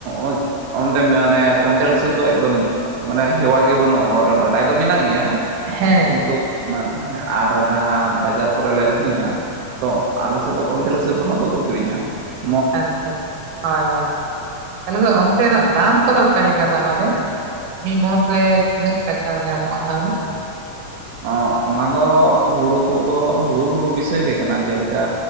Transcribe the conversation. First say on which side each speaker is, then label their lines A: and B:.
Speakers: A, on the right; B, on the right.
A: <inaudible> ᱚᱱᱛᱮ ᱢᱟᱱᱮ ᱠᱚᱱᱴᱮᱞ ᱦᱤᱥᱟᱹᱵ ᱫᱚ ᱮᱠᱫᱚᱢ ᱢᱟᱱᱮ ᱦᱮᱣᱟ ᱜᱮ ᱵᱟᱹᱱᱩᱜᱼᱟ ᱨᱚᱲ ᱨᱮ, ᱵᱟᱰᱟᱭ ᱫᱚ ᱢᱮᱱᱟᱜ ᱜᱮᱭᱟ ᱾
B: ᱦᱮᱸ
A: ᱠᱤᱱᱛᱩ, ᱢᱟᱱ ᱦᱮᱸ ᱟᱨ ᱡᱟᱦᱟᱸ ᱵᱟᱡᱟᱨ ᱠᱚᱨᱮ ᱞᱮ ᱟᱹᱠᱷᱨᱤᱧᱟ ᱛᱚ ᱟᱞᱮ ᱥᱮᱫ ᱫᱚ ᱠᱚᱱᱴᱮᱞ ᱛᱮᱫ ᱫᱚ ᱦᱟᱸᱜ ᱵᱟᱠᱚ ᱠᱤᱨᱤᱧᱟ ᱾
B: ᱟᱪᱪᱷᱟ ᱟᱪᱪᱷᱟ, ᱦᱳᱭ ᱦᱳᱭ ᱾ <unintelligible> ᱚᱱ ᱥᱮᱱᱟᱜ ᱫᱟᱢ ᱠᱚᱫᱚ ᱚᱠᱟ ᱞᱮᱠᱟ ᱛᱟᱦᱚᱞᱮ ᱢᱤᱫ ᱢᱚᱱ ᱨᱮ ᱛᱤᱱᱟᱹᱜ ᱴᱟᱠᱟ ᱧᱟᱢᱚᱜᱼᱟ ᱛᱟᱦᱚᱞᱮ?
A: ᱚᱸ ᱚᱱᱟ ᱫᱚ ᱦᱩᱲᱩ ᱠᱚᱫᱚ ᱦᱩᱲᱩ ᱦᱩᱲᱩ ᱵᱤᱥᱚᱭ ᱨᱮ ᱠᱟᱱᱟ ᱡᱮᱞᱮᱠᱟ